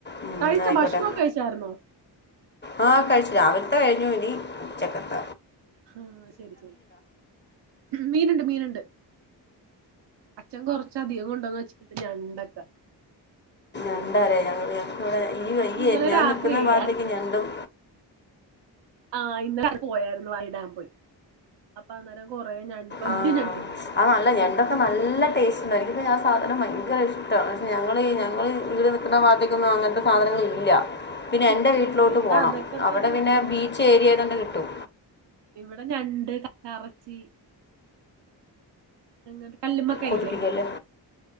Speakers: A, on the left (about 25°); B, on the right (about 60°).
A: ഉം,
B: തഴച്ച
A: എന്നാ ആയിക്കോട്ടെ
B: ഭക്ഷണംമോ കഴിച്ചായിരുന്നോ
A: ആ കഴിച്ചു രാവിലത്തെ കഴിഞ്ഞു ഇനി ഉച്ചക്കത്ത
B: ആഹ ശരി ശരി മീനണ്ട് മീനണ്ട് അച്ഛൻ കൊറച്ച അധികം കൊണ്ടോന്ന് വെച്ചിട്ടട്ട് രണ്ടക്ക
A: എന്താ പററയ ഇവിടെ ഈ വയ്യേ
B: ഇന്നലെ
A: ഞാൻ
B: രാത്രിയേ
A: നിക്കുന്ന ഭാഗത്തേക്ക് ഞണ്ടും
B: ആഹ ഇന്ന പോയായിരുന്നു വൈ ഡാൻ പോയി അപ്പൊ അന്നേരം കൊറേ ഞണ്ട് വല്യ
A: ആഹ
B: ഞണ്ടില്ലേ
A: അത് നല്ല ഞണ്ടൊക്കെ നല്ല ടേസ്റ്റ് എനിക്ക് ഞാ സാധന ഭയങ്കര ഇഷ്ടമാണ് പക്ഷെ ഞങ്ങ ഞങ്ങള്ൾ വീട് നിക്കുന്ന ഭാഗത്തേക്കൊന്നും അങ്ങനത്തെ സാധനങ്ങളില്ല പിന്നെ
B: കിട്ടും.
A: എൻറെ വീട്ടിലോട്ട്
B: ഇവിടെ
A: പോണം
B: അതൊക്കെ
A: അവിടെ
B: തന്നെ
A: പിന്നെ
B: ഉള്ളു
A: ബീച്ച് ഏരിയ തന്നെ കിട്ടും
B: ഇവിടെ ഞണ്ട് കറച്ചി അങ്ങ കല്ലമ്മ കൈല്ലേ
A: കൊതിപ്പിക്കല്ലേ